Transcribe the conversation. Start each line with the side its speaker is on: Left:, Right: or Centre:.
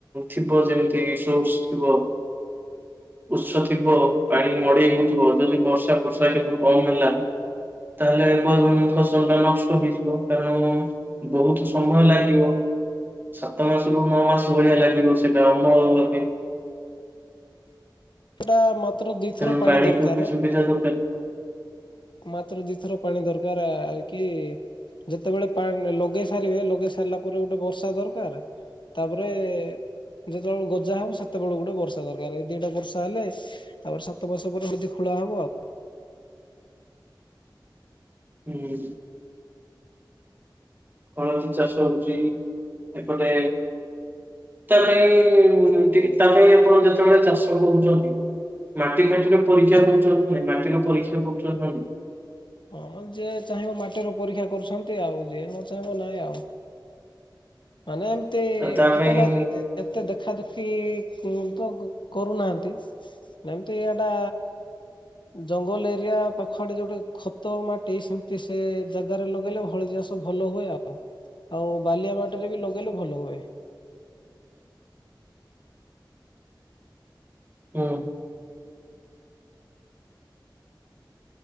Right: ଥିବ ଯେମିତି ସୋ ସ କୁହ? ଉତ୍ସ ଥିବ ପାଣି ମଡେଇ ହଉଥିବ ଯଦି ବର୍ଷା ଫର୍ଷା ଏବେରୁ କମ ହେଲା। ତାହେଲେ ଫସଲ ଟା ନଷ୍ଟ ହେଇଯିବ କାରଣ ବହୁତ ସମୟ ଲାଗିବ। ସାତ ମାସରୁୁ ନଅ ମାସ ଭଳିଆ ଲାଗିବ ସେଇଟା ଅମଳ ହୁଏ।
Left: ସେଟା ମାତ୍ର ଦିଥର
Right: ତେଣୁ
Left: ପାଣି
Right: ପାଣିକୁ
Left: ଦରକାର
Right: ବି ସୁବିଧା ଦରକାର।
Left: ମାତ୍ର ଦିଥର ପାଣି ଦରକାର ଆ କି? ଯେତେବେଳେ ପାଣି ଲଗେଇ ସାରିବେ ଲଗେଇ ସାରିଲା ପରେ ଗୋଟେ ବର୍ଷା ଦରକାର। ତାପରେ ଯେତେବେଳେ ଗଜା ହବ ସେତେବେଳଳେ ଗୋଟେ ବର୍ଷା ଦରକାର ଏଇ ଦିଟା ବର୍ଷା ହେଲେ ତାପରେ ସାତ ବର୍ଷ ପରେ ଯଦି ଖୋଳା ଯାହା ହବ ଆଉ।
Right: ହୁଁ କଣ ଚାଷ ହଉଛି ଏପଟେ ତା ପାଇଁ ତା ପାଇଁ ଆପଣ ଯେତେବେଳେ ଚାଷ କରୁଛନ୍ତି ମାଟି ମାଟିରେ ପରୀକ୍ଷା କରହୁଛନ୍ତି ନା ମାଟିର ପରୀକ୍ଷା କରହୁଛନ୍ତି
Left: ହଁ ଯିଏ ଚାହିଁବ ମାଟିରୁ ପରୀକ୍ଷା କରୁଛନ୍ତି ଆଉ ଯିଏ ନ ଚାହିଁବ ନାଇଁ ଆଉ ମାନେ ଏମିତି
Right: ଆଉ ତା ପାଇଁ
Left: ଏପଟେ ଏତେ ଦେଖା ଦୁଖି ତ କରୁନାହାନ୍ତି ଏମିତି ଏଇଟା ଜଙ୍ଗଲ ଏରିଆ ପାଖଆଡେ ଯୋଉଟେ ଖତ ମାଟି ସେମିତି ସେ ଜାଗାରେ ଲଗେଇଲେ ଭଳ ଯ ସବୁ ଭଲ ହୁଏ ଆଉ ଆଉ ବାଲିଆ ମାଟରେ ବି ଲଗେଇଲେ ଭଲ ହୁଏ <inaudible>
Right: ହୁଁ